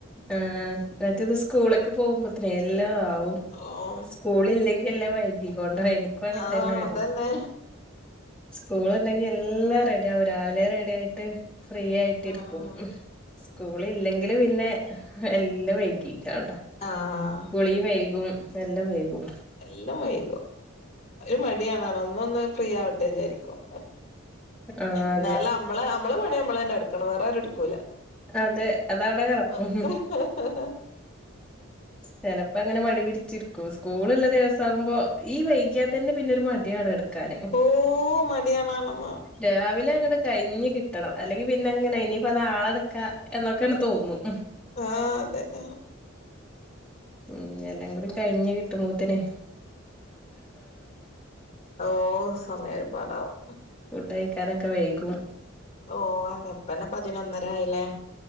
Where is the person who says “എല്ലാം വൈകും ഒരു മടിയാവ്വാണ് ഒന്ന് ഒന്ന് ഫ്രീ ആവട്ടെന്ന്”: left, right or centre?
Left